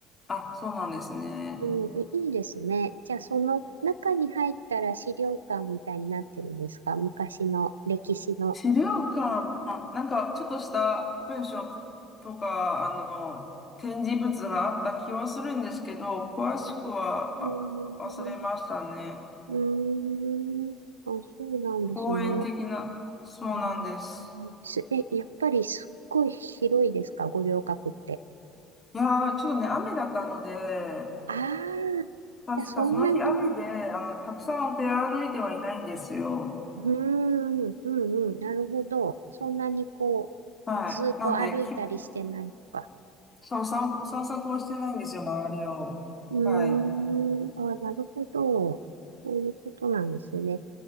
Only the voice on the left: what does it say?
あ、そうなんですね。
資料館、なんかちょっとした文章ととか、あの、展示物があった気はするんですけど、詳しくは
忘れましたね。
公園的な、そうなんです。
いやー、ちょっとね、雨だったので、
確かその日雨で、
あの、たくさん出歩いてはいないんですよ。
はい。
なんで、き、そう、散歩、散策はしてないんですよ、周りを。
はい。